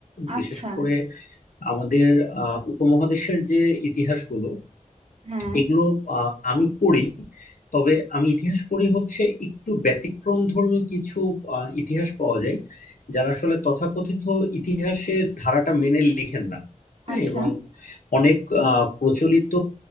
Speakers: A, on the right (about 45°); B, on the left (about 75°).
A: আচ্ছা
B: বিশেষ করে আমাদের আহ, উপমহাদেশের যে ইতিহাসগুলো
A: হ্যাঁ
B: এগুলো আহ, আমি পড়ি তবে আমি ইতিহাস পড়ি হচ্ছে একটু ব্যতিক্রম ধর্মী কিছু আহ, ইতিহাস পাওয়া যায় যারা আসলে তথাকথিত ইতিহাসের ধারাটা মেনে লিখেন না হ্যাঁ
A: আচ্ছা
B: এবং অনেক আহ, প্রচলিত